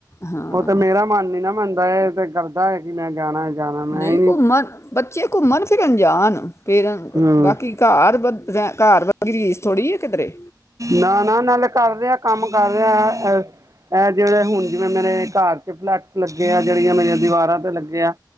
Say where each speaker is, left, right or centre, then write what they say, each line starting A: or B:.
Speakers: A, on the left; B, on the right.
A: ਹਾਂ
B: ਉਹ ਤਾਂ ਮੇਰਾ ਮਨ ਨੀ ਨਾ ਮੰਨਦਾ ਹੈ ਤੇ ਕਰਦਾ ਹੈ ਕਿ ਮੈਂ ਜਾਣਾ ਜਾਣਾ ਮੈਂ
A: ਨਹੀਂ
B: ਹੀ
A: ਘੁੰਮਣ ਬੱਚੇ ਘੁੰਮਣ -ਫਿਰਨ ਜਾਣ। ਫਿਰ
B: ਹੂੰ
A: ਬਾਕੀ ਘਰ ਵ ਘਰ ਵਰਗੀ ਰੀਸ ਥੋੜ੍ਹੀ ਹੈ ਕਿਧਰੇ
B: ਨਾ ਨਾ ਨਾਲੇ ਕਰ ਰਿਹਾ ਕੰਮ ਕਰ ਰਿਹਾ। ਇਹ ਜਿਹੜੇ ਹੁਣ ਜਿਵੇਂ ਮੇਰੇ ਘਰ ਚ ਪਲਾਂਟ ਲੱਗੇ ਆ ਜਿਹੜੀਆਂ ਮੇਰੀਆਂ ਦੀਵਾਰਾਂ ਤੇ ਲੱਗੇ ਆ।